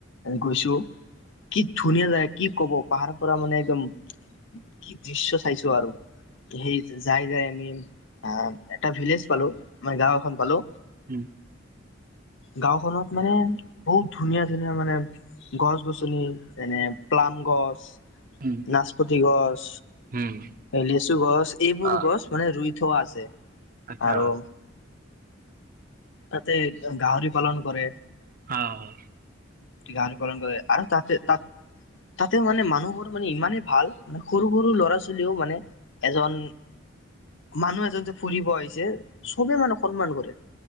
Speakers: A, on the left; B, on the right.
A: গৈছো, কি ধুনীয়া জাগা, কি কব, পাহাৰৰ পৰা মানে একদম, কি দৃশ্য চাইছো আৰু সেই যাই-যাই আমি আহ এটা ভিলেজ পালো, মই গাওঁ এখন পালো
B: উম
A: গাঁওখনত মানে বহুত ধুনীয়া-ধুনীয়া মানে গছ-গছনি, যেনে প্লাম গছ
B: উম
A: নাচপতি গছ,
B: উম
A: লেচু গছ, এইবোৰ
B: অ
A: গছ মানে ৰুই ঠ আছে
B: আচ্ছা
A: আৰু তাতে গাহৰি পালন কৰে
B: আহ
A: গাহৰি পালন কৰে আৰু তাতে তাত, তাতে মানে মানুহবোৰ মানে ইমানেই ভাল, মানে সৰু-সৰু ল'ৰা-ছোৱালীও মানে, এজন মানুহ এজন যে ফুৰিব আহিছে, চবে মানে সন্মান কৰে